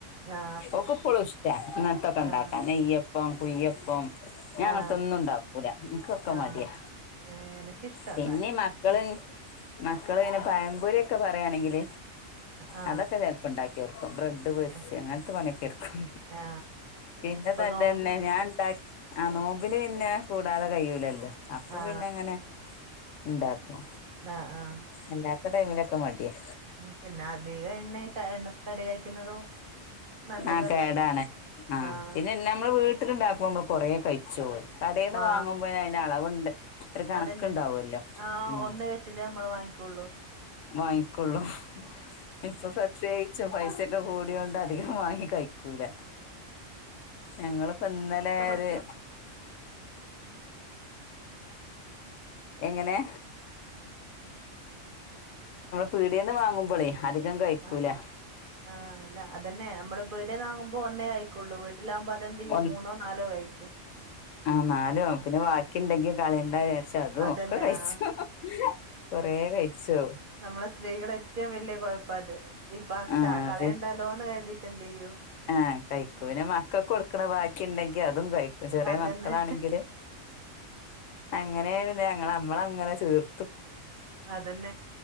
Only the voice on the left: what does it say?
ഓക്ക് ഇപ്പളും ഇഷ്ട അങ്ങനത്തൊക്കെ
ഉണ്ടാക്കാ നെയ്യപ്പം കുയ്യപ്പം ഞാൻ
അങ്ങനത്ത ഒന്നും ഉണ്ടാക്കൂല എനക്ക് ഒക്കെ
മടിയാ
പിന്നെ
മക്കള്
മക്കള് പഴംപൊരിയോക്കെ പറയുകയാണെങ്കിൽ
അതൊക്കെ ചെലപ്പ ഉണ്ടാക്കി ബ്രെഡ് പൊരിച്ച
അങ്ങനത്തെ പണിയൊക്കെയെടുക്കും
പിന്നത്തന്നെ
ഞാൻണ്ടാക്കി ആ നോമ്പിന് പിന്നെ കൂടാതെ കഴിയൂലല്ലോ അപ്പൊ
പിന്നെ അങ്ങനെ ഉണ്ടാക്കും
അല്ലാത്ത ടൈമിലൊക്കെ മടിയാ
ആഹ് കേടാാണ് ആ
പിന്നെ നമ്മള് വീട്ടിലുണ്ടാക്കുമ്പോ നമ്മള് കൊറേ കഴിച്ചുപോവും കടയിൽന്ന്
വാങ്ങുമ്പോ അളവുണ്ട് ഒരു കണക്കുണ്ടാവുമല്ലോ
ഉം
വാങ്ങിക്കൊള്ളൂ ഇപ്പൊ പ്രത്യേ ച്ചും പൈസയൊക്കെ കൂടിയോണ്ട് അധികം വാങ്ങി കഴിക്കൂല ഞങ്ങളെ ഇന്നലെര്
എങ്ങനെ പീടിയെന്ന് വാങ്ങുമ്പോളേ അധികം കഴിക്കൂല
ഒന്ന്
ആഹ് നാലും പിന്നെ ബാക്കി ഉണ്ടെങ്കി കളയണ്ട ച്ചു അതും
ഒക്കെ കഴിച്ചു
കൊറേ കൊറെകഴിച്ചു
ആഹ്
അതെ
ആഹ് കഴിക്കും പിന്നെ മക്കൾക്ക് കൊടുക്കണ ബാക്കി ഉണ്ടെങ്കി അതും കഴിക്കും ചെറിയ
മക്കളാണെങ്കില് അങ്ങനെ പിന്നെ ങ്ങ നമ്മള് അങ്ങനെ ചീർ